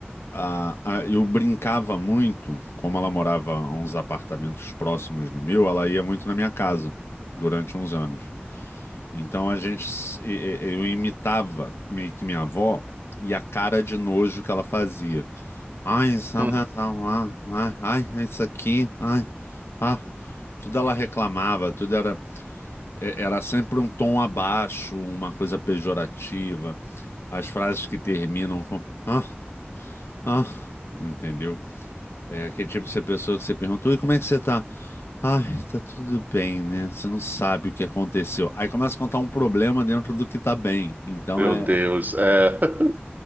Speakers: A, on the left (about 80°); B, on the right (about 45°).
A: A, a- eu brincava muito, como ela morava a uns apartamentos próximos do meu, ela ia muito na minha casa durante uns anos. Então a gente, s- e- e- eu imitava meio que minha avó e a cara de nojo que ela fazia. Ai, isso, ah,
B: Hum,
A: ah, ah, ai, ai, é isso aqui, ai, ah. Tudo ela reclamava, tudo era, é- era sempre um tom abaixo, uma coisa pejorativa. As frases que terminam com ah, ah, entendeu? É aquele tipo de pessoa que você perguntou, e como é que você tá? Ai, tá tudo bem, né? Você não sabe o que aconteceu. Aí começa a contar um problema dentro do que tá bem. Então
B: Meu
A: é
B: Deus. É. <laughs>